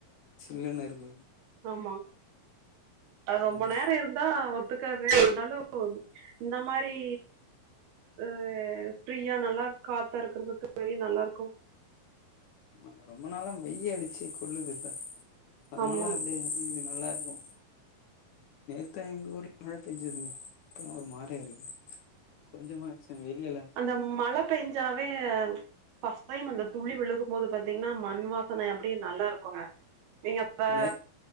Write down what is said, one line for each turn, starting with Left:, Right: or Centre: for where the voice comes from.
Left: சில்லுன்னு இருக்கு
Right: ஆமா அது ரொம்ப
Left: ம்
Right: நேர இருந் தா ஒத்துக்காது இல்லனாலு இந்த மாரி ஆ ஃப்ரீயா நல்லா காத்தா இருக்கறதுக்கு வெளிய நல்லாருக்கு
Left: ஆமா ரொம்ப நாளா வெயி அடிச்சு கொல்லுதுல்ல அதனால
Right: ஆமா
Left: அப்டியே இது நல்லாருக்கு நேத்தே எங்க ஊர்ல மழ பெஞ்சதுங்க இப்ப ஒரு மாரியா இருக்கு கொஞ்சமாச்சு வெளியல
Right: அந்த மழ பேஞ்சாவே ஃபஸ்ட் டைம் அந்த துளி விழுகம்போது பாத்திங்னா மண் வாசன அப்படியே நல்லா இருக்குங்க நீங்க அ
Left: நே